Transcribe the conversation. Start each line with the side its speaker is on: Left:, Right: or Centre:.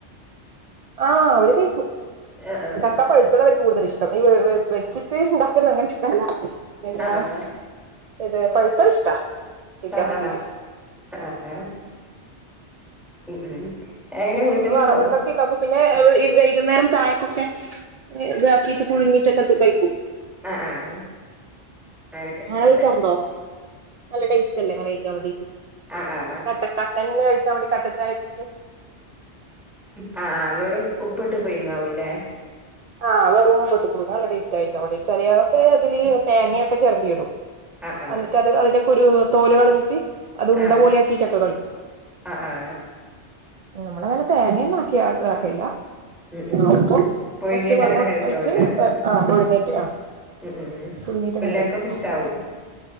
Right: ആ അവര് കയിക്കും
Centre: ആ ആ
Right: ചക്ക പഴുത്തത് അവര്ക്ക് കൂടുതൽ ഇഷ്ടം ഈ വെ വെച്ചിട്ട് ഇണ്ടാക്കുന്ന അങ്ങനെ ഇഷ്ടല്ല എന്താ
Centre: ആ ആ
Right: ഏത് പഴുത്തഹ് ഇഷ്ടാ കയിക്കാൻ
Centre: ആ
Right: വേണ്ടീട്ട്
Centre: ആ ആ ആ ഉം ഉം എങ്ങനെ വീട്ടിലുണ്ടോ
Right: വറവുണ്ടൊക്കെ ഇണ്ടപ്പ പിന്നെ എ വ് ഇ വൈകുന്നേരം ചായക്കൊക്കെ താക്കിട്ട് പുഴുങ്ങിട്ടൊക്കെ ത് കഴിക്കും
Centre: അ ആ അ ഹ് അങ്ങനൊക്കെ ഇഷ്ടല്ലേ
Right: അങ്ങനെ കഴിക്കാറുണ്ടോ നല്ല ടേസ്റ്റ് അല്ലേ അങ്ങനെ കഴിക്കാൻ വേണ്ടീട്ട്
Centre: ആ ആ
Right: കട്ട കട്ടൻ കഴിക്കാൻ വേണ്ടി കട്ടൻ ചായക്
Centre: ഹ ആഹ് വെറും ഉപ്പിട്ട് പുയിങ്ങാവല്ലേ
Right: ആഹ് അവ <unintelligible> ചെയ്ക്കവെണ്ടി ചിലയാളൊക്കെ തില് തേങ്ങയൊക്കെ ചിരണ്ടി ഇടും
Centre: ആ ആ
Right: അൻക് അത് അതിന്റെ കുരു തോല് കളഞ്ഞിട്ട് അത് ഉണ്ട
Centre: ആ
Right: പോലെ ആാക്കിട്ടൊക്കെ കയിക്കും
Centre: ആ ആ
Right: നമ്മളങ്ങനെ തേങ്ങൊന്നും ആക്കി ആ ഇതാക്കില്ല
Centre: ഉം ഉം
Right: ഒപ്പം
Centre: പുഴുങ്ങിട്ട്
Right: ജസ്റ്റ് വ
Centre: അങ്ങനെ കഴിക്കാവൂല്ലേ
Right: ഒഴിച്ച് ആ ഒഴങ്ങേറ്റ് ആ
Centre: ഉം ഉം
Right: പുയു ങ്ങിട്ട
Centre: പിള്ളേർക്കൊക്കെ
Right: ങ്ങനെ കഴിക്കൂ
Centre: ഇഷ്ടാവും